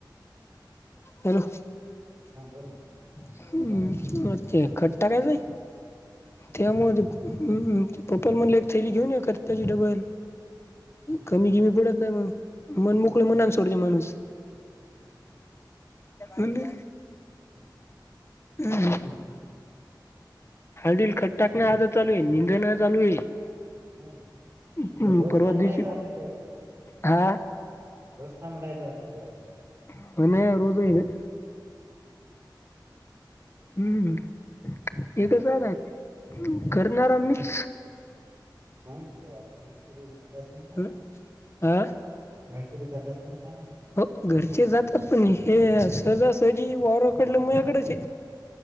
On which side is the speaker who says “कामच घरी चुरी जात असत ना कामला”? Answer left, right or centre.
Right